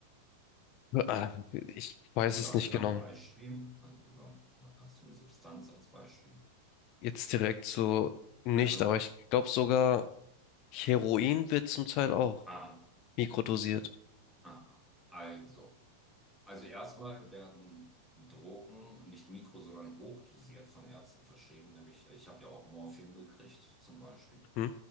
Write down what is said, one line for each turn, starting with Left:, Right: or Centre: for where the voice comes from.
Left: Ah, Ich weiß
Centre: Oder
Left: es
Centre: hast
Left: nicht
Centre: du da
Left: genau.
Centre: ein Beispiel? Also, oder hast du eine Substanz als Beispiel?
Left: Jetzt direkt so nicht,
Centre: Also,
Left: aber ich glaube sogar Heroin wird zum Teil auch
Centre: ah,
Left: mikrodosiert.
Centre: ah, ah. also. Also erstmal werden Drogen nicht mikro, sondern hochdosiert von Ärzten verschrieben. Nämlich, ich habe ja auch Morphium gekriegt, zum Beispiel.
Left: Hm?